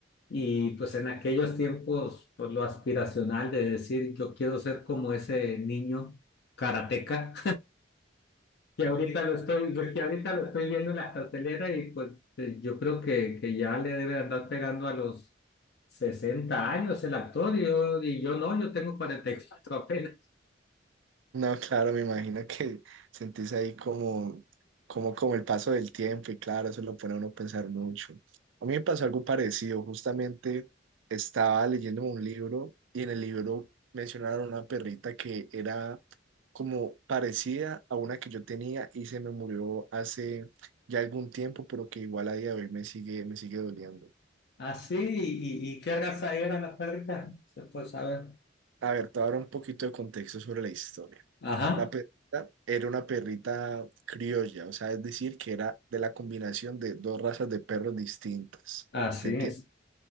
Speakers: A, on the left; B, on the right.
A: y pues en aquellos tiempos pues lo aspiracional de decir yo quiero ser como ese niño karateca que ahorita lo estoy, yo que ahorita lo estoy viendo en la cartelera y pues eh, yo creo que, que ya le debe andar pegando a los 60 años el actor y yo, y yo no, yo tengo cuarenta y cuatro <laughs> apenas.
B: No, claro, me imagino que sentís ahí como, como, como el paso del tiempo y claro, eso lo pone a uno a pensar mucho. A mí me pasó algo parecido, justamente estaba leyendo un libro y en el libro mencionaron una perrita que era como parecida a una que yo tenía y se me murió hace ya algún tiempo, pero que igual a día de hoy me sigue, me sigue doliendo.
A: Así, y, y, y qué raza era la perrita? Se puede saber.
B: A ver, te voy a dar un poquito de contexto sobre la historia.
A: Ajá,
B: La perrita era una perrita criolla, o sea, es decir, que era de la combinación de dos razas de perros distintas.
A: así
B: ¿Me entiendes?
A: es.